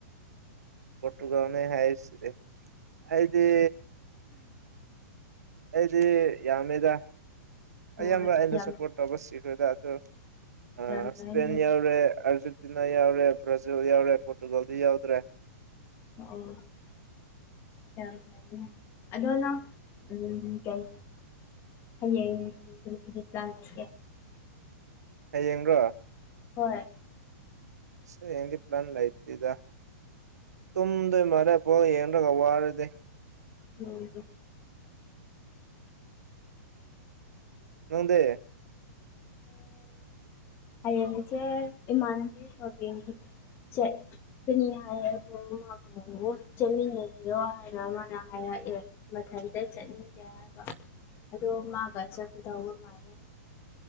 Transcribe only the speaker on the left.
ꯍꯣꯏ
ꯌꯥꯝ
ꯌꯥꯝ
ꯐꯩꯅꯦ
ꯑꯣ ꯌꯥꯝ ꯐꯩꯅꯦ ꯑꯗꯣ ꯅꯪ ꯎꯝ ꯀꯩ ꯍꯌꯦꯡ <unintelligible>
ꯍꯣꯏ
ꯎꯝ
ꯍꯌꯦꯡꯆꯦ ꯏꯃꯥꯟꯅꯕꯤ ꯁꯣꯄꯤꯡꯒꯤ ꯁꯦ ꯀꯅꯤ ꯍꯥꯏꯌꯦ <unintelligible> ꯆꯠꯃꯤꯟꯅꯖꯤꯌꯣ ꯍꯥꯏꯅ ꯃꯥꯅ ꯍꯥꯏꯔꯛꯑꯦ ꯃꯊꯟꯇ ꯆꯠꯅꯤꯡꯗꯦ ꯍꯥꯏꯕ ꯑꯗꯣ ꯃꯥꯒ ꯆꯠꯀꯗꯧꯕ ꯃꯥꯜꯂꯦ